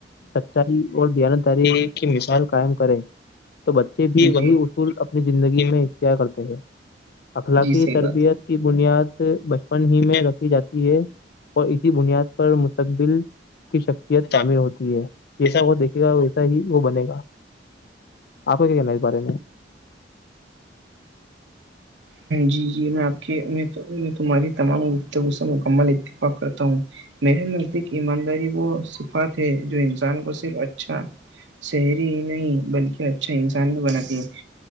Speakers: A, on the left; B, on the right.
A: سچائی اور دیانت داری کی مثال قائم کرے تو بچے بھی
B: جی جی
A: وہی اپنی زندگی میں اختا کرتے ہیں اخلاقی
B: جی صحیح
A: تربیت
B: بات ہے
A: کی بنیاد بچپن ہی میں رکھی جاتی ہے اور اسی بنیاد پر مستقبل کی شکتیت شامل ہوتی ہے جیسا وہ دیکے گا <inaudible> صحیح وہ بنے گا آپ کو کیا کہنا ہے اس بارے میں
B: جی جی میں آپ کے تمہاری تمام گفتگو سے مکمل اتفاق کرتا ہوں میرے نزدیک ایمانداری وہ صفات ہے جو انسان کو صرف اچھا شہری ہی نہیں بلکہ اچھا انسان بھی بناتی ہے